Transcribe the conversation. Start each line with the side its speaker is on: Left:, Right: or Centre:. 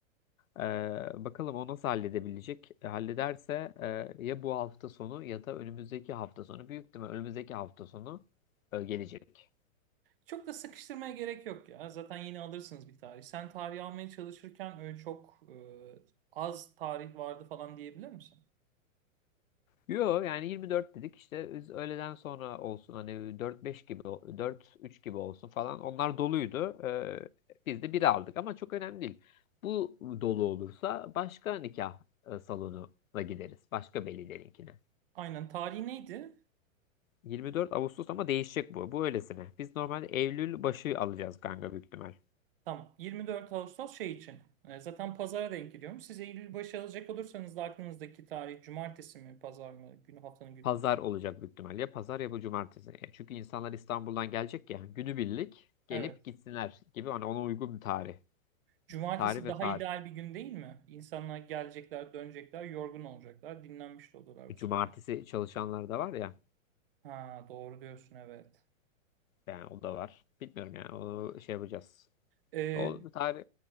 Left: Ee, bakalım o nasıl halledebilecek? E, Hallederse e, ya bu hafta sonu ya da önümüzdeki hafta sonu. Büyük ihtimal önümüzdeki hafta sonu e, gelecek.
Right: Çok da sıkıştırmaya gerek yok ya. Zaten yeni alırsınız bir tarih. Sen tarih almaya çalışırken öyle çok e, az tarih vardı falan diyebilir misin?
Left: Yo yani 24 dedik işte biz öğleden sonra olsun hani 4-5 gibi 4-3 gibi olsun falan. Onlar doluydu. Ee, biz de bir aldık ama çok önemli değil. Bu dolu olursa başka nikah e, salonuna gideriz. Başka velilerinkine.
Right: Aynen. Tarih neydi?
Left: 24 Ağustos ama değişecek bu. Bu öylesine. Biz normalde Eylül başı alacağız kanka büyük ihtimal.
Right: Tamam. 24 Ağustos şey için. E, zaten pazara denk giriyorum. Siz Eylül başı alacak olursanız da aklınızdaki tarih cumartesi mi, pazar mı? Günü, haftanın günü.
Left: Pazar
Right: alın.
Left: olacak büyük ihtimalle. Ya Pazar ya bu cumartesi. E, Çünkü insanlar İstanbul'dan gelecek ya. Günübirlik gelip
Right: Evet.
Left: gitsinler gibi. Hani ona uygun bir tarih.
Right: Cumartesi
Left: Tarih ve
Right: daha
Left: saat.
Right: ideal bir gün değil mi? İnsanlar gelecekler, dönecekler, yorgun olacaklar, dinlenmiş de olurlar bu
Left: Cumartesi
Right: sayede.
Left: çalışanlar da var ya.
Right: Ha, doğru diyorsun evet.
Left: Yani o da var. Bilmiyorum yani. Onu şey yapacağız.
Right: E,
Left: O tarih